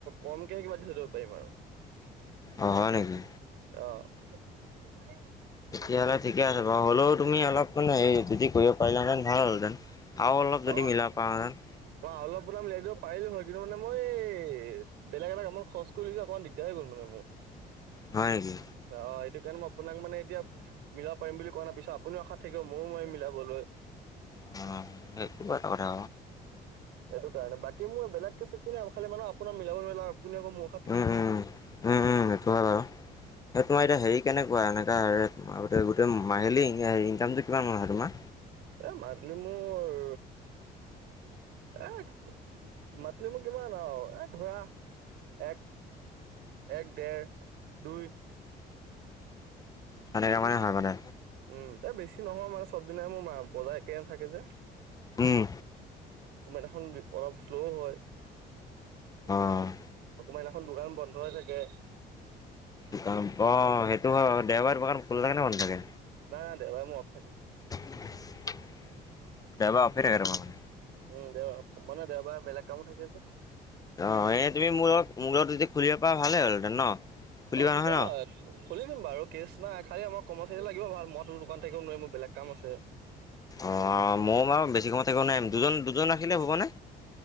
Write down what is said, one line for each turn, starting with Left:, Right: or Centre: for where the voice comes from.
Right: কমকে কিবা দি থৈ যাব পাৰিম আৰু।
Left: অ', হয় নেকি?
Right: অ'।
Left: তেতিয়া হ'লে ঠিকে আছে বাৰু। হ'লেও তুমি অলপ মান এই যদি কৰিব পাৰিলােঁতেন ভাল হ'ল হেঁতেন। আৰু অলপ যদি
Right: অ
Left: মিলাব পাৰা হেঁতেন।
Right: মই আৰু অলপ আপোনাক মিলাই দিব পাৰিলো হয়। কিন্তু মানে মই এই বেলেগ এটা কামত খৰচ কৰিদিলো অকণমান দিগদাৰ হৈ গ'ল মান মোৰ।
Left: হয় নেকি?
Right: অ', এইটো কাৰণে মই আপোনাক মানে এতিয়া মিলাব পাৰিম বুলি কোৱা নাই। পিছত আপুনিও আশাত থাকিব মইও নোৱাৰিম মিলাবলৈ।
Left: অ', সেইটো বাৰু এটা কথা।
Right: সেইটো কাৰণে, বাকী মোৰ বেলেগে কেছ একো নাই, খালি মানে আপোনাক মিলাব নোৱাৰিলে আপুনি আকৌ মোক
Left: উম, উম, উম, উম, সেইটো হয় বাৰু। এই তোমাৰ এতিয়া হেৰি কেনেকুৱা এনেকা আগতে, গোটেই মাহিলী ইনকামটো কিমান হয় তোমাৰ?
Right: এ মান্থলী মোৰ এ মান্থলী মোৰ কিমান আৰু, এ ধৰা এক এক, ডেৰ, দুই।
Left: তেনেকা মানে হয় মানে
Right: উম, এ বেছি নহয় মানে চব দিনাই মোৰ বজাৰ একে নাথাকে যে।
Left: উম।
Right: কোনোবা দিনাখন বি অলপ শ্লো হয়।
Left: অ'।
Right: কোনোবা দিনাখন দোকান বন্ধ হৈ থাকে।
Left: দোকান, অ', সেইটো হয় বাৰু। দেওবাৰে দোকান খোলা থাকে নে বন্ধ থাকে?
Right: নাই, নাই দেওবাৰে মোৰ অফ থাকে।
Left: দেওবাৰে অফয়ে থাকে <unintelligible>
Right: উম, দেওবাৰ। মানে দেওবাৰে বেলেগ কামো থাকে যে।
Left: অ', এই তুমি মোৰ লগ মোৰ লগটো যদি খুলিব পা ভাল হ'ল হেঁতেন ন খুলিবা
Right: অ হ'ব
Left: নহয় ন।
Right: খুলি দিম বাৰু কেচ নাই, খালি আমাক কৰ্মচাৰী লাগিব ভাল। মই তোৰ দোকানত থাকিব নোৱাৰিম, মোৰ বেলেগ কাম আছে।
Left: অ', মইও বাৰু বেছি সময় থাকিব নোৱাৰিম। দুজন, দুজন ৰাখিলে হ'বনে?